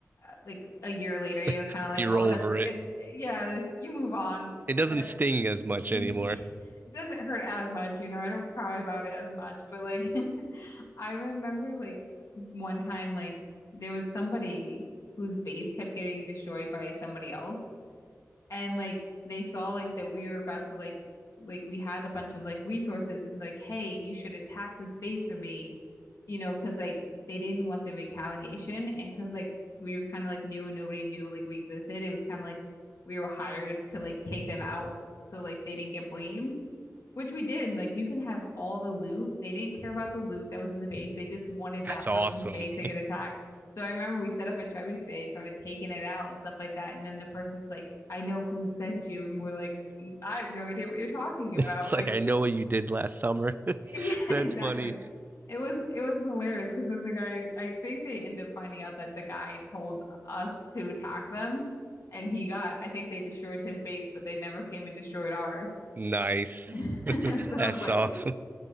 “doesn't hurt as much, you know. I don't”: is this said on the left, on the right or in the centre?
Left